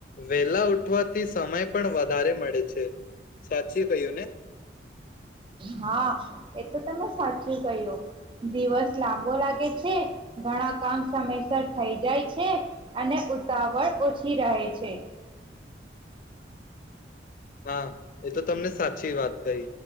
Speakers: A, on the left; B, on the right.
A: વેલા ઉઠવાથી સમય પણ વધારે મળે છે, સાચી કહ્યું ને?
B: હા એ તો તમે સાચું કહ્યું, દિવસ લાંબો લાગે છે ઘણા કામ સમયસર થઈ જાય છે, અને ઉતાવળ ઓછી રહે છે.
A: હા એ તો તમને સાચી વાત કહી,